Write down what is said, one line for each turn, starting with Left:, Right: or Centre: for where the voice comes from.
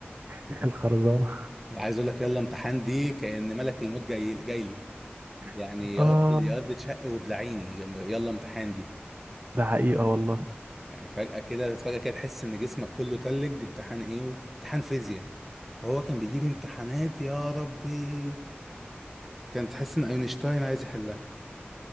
Right: <laughs> الخرزانة
Centre: عايز اقول لك يلا امتحان دي كأن ملك الموت جاي جاي لي يعني
Right: <laughs>
Centre: يا
Right: اه
Centre: ارض يا ارض تشق وبلعيني يلا امتحان دي
Right: ده حقيقة والله
Centre: يعني فجأة كده فجأة كده تحس ان جسمك كله تلج امتحان ايه و- امتحان فيزياء وهو كان بيجيب امتحانات يا ربي كان تحس ان اينشتاين عايز يحلها